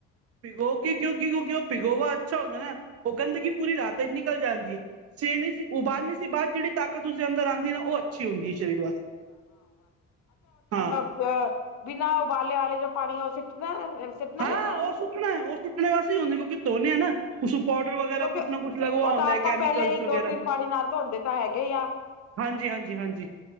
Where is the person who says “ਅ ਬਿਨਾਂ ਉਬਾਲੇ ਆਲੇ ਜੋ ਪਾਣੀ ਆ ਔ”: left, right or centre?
Left